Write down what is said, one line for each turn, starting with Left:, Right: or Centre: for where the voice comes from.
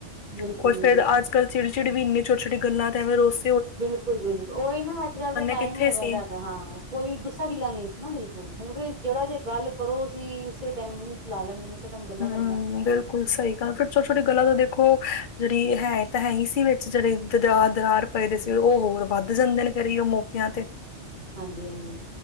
Right: ਬਿਲਕੁਲ
Left: ਕੁੁਸ਼
Right: ਜੀ
Left: ਫਿਰਰ
Right: ਬਿਲਕੁਲ
Left: ਅਜ ਕੱਲ ਚਿੜੀ ਚਿੜੀ ਵੀਨਨੀ ਛੋਟੀ ਛੋਟੀ ਗੱਲਾਂ ਤੇ ਐਵੇਂ ਰੋਸ
Right: ਬਿਲਕੁਲ ਬਿਲਕੁਲ ਹੀ ਨਾ ਅੱਜ ਕੱਲ ਦਾ ਟਾਈਮ
Left: ਕਿੱਥੇ
Right: ਹੀ ਐਵੇਂ
Left: ਸੀ
Right: ਦਾ ਹਾਂ ਕੋਈ ਗੁੱਸਾ ਗਿੱਲਾ ਨਹੀਂ ਨਾ ਬਿਲਕੁਲ ਹੁਣ ਤੇ ਜਿਹੜਾ ਜੇ ਗੱਲ ਕਰੋ ਅਸੀ ਉਸੇ ਟਾਈਮ ਮੂੰਹ ਫੈਲਾ ਲੈਂਦੇ ਨੇ ਉਸੇ ਟਾਈਮ ਗੱਲਾਂ
Left: ਹੂੰ
Right: ਕਰਨ ਲ
Left: ਬਿਲਕੁਲ ਸਹੀ ਗ ਫਿਰ ਛੋਟੀ ਛੋਟੀ ਗੱਲਾਂ ਤੋਂ ਦੇਖੋ ਜਿਹੜੀ ਹੈ ਤਾਂ ਹੈ ਹੀ ਸੀ ਵਿੱਚ ਜਿਹੜੇ ਦਰ ਦਰਾਰ ਪਏਦੇ ਸੀ ਉਹ ਹੋਰ ਵੱਧ ਜਾਂਦੇ ਨੇ ਘਰੇ ਉਹ ਮੌਕਿਆਂ ਤੇ।
Right: ਹਾਂਜੀ ਹਾਂਜੀ